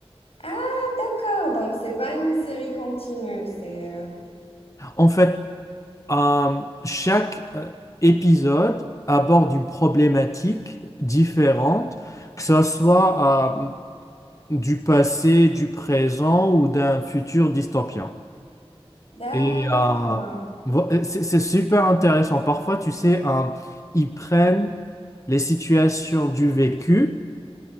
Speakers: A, on the left; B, on the left.
A: Ah, d'accord. Donc, c'est pas une série continue. C'est. euh,
B: En fait, hum, chaque euh, épisode aborde une problématique différente, que ce soit hum, du passé, du présent ou d'un futur dystopien.
A: D'accord.
B: Et euh, vo- c'est c'est super intéressant. Parfois, tu sais, euh, ils prennent les situations du vécu